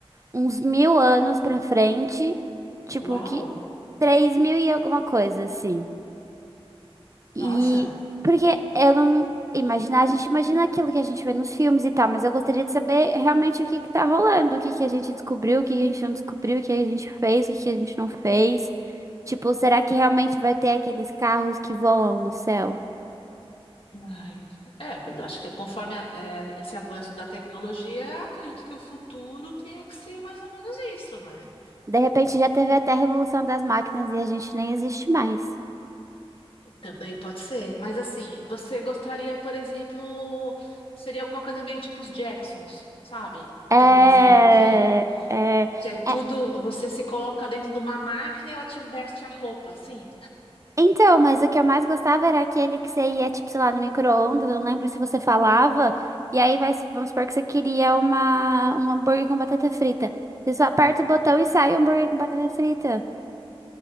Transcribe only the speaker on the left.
Uau!
Nossa!
Ai. É, mas acho que conforme a- é, esse avanço da tecnologia, acredito que o futuro tenha que ser mais ou menos isso, não é?
Também pode ser. Mas assim, você gostaria, por exemplo, seria alguma coisa meio tipo os Jacksons, sabe?
Aquele desenho que,
que é tudo,
você se coloca dentro de uma máquina e ela te veste a roupa, assim.